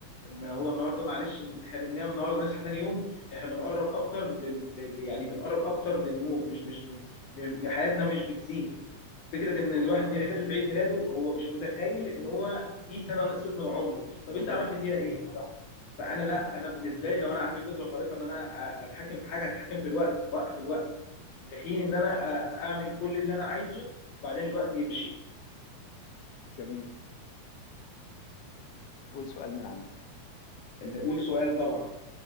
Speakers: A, on the left; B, on the left.
A: ان هو النهارده معلش إن احنا بننام النهارده نصحى تاني يوم احنا بنقرب اكتر لل... لل- يعني بنقرب اكتر للموت مش مش ب... م... حياتنا مش بتزيد فكره ان الواحد بيحتفل بعيد ميلاده هو مش متخيل ان هو في سنه نقصت من عمره طب
B: بالظبط
A: انت عملت فيها ايه فانا لا انا بالنسبه لي لو انا عندي قدره خارقه ان انا أ- اتحكم في حاجه اتحكم في الوقت اوقف الوقت لحين ان انا أ- اعمل كل اللي انا عايزه وبعدين الوقت يمشي
B: جميل قول سؤال من عندك
A: نقول سؤال طبعا